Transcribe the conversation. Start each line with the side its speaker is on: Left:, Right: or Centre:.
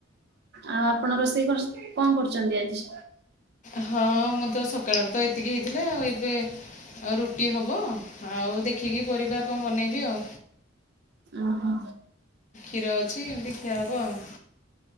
Right: ଆଉ ଆପଣ ରୋଷେଇ କରସ କଣ କରୁଛନ୍ତି ଆଜି?
Left: ହଁ ମୁଁ ତ ସକାଳରେ ତ ଏତିକି ହେଇଥିଲା ଆଉ ଏବେ ଆଉ ରୁଟି ହବ, ଆଉ ଦେଖିକି ପରିବା କଣ ବନେଇବି ଆଉ।
Right: ଓ ହୋ।
Left: କ୍ଷୀର ଅଛି ଏମିତି ଖୀଆ ହବ ଆଉ।